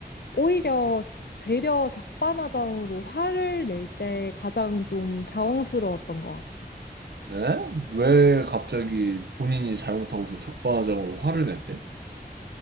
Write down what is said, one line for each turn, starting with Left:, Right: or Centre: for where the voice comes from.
Left: 오히려 되려 적반하장으로 화를 낼 때 가장 좀 당황스러웠던 것 같아.
Right: 에? 왜 갑자기 본인이 잘못하고서 적반하장으로 화를 냈대?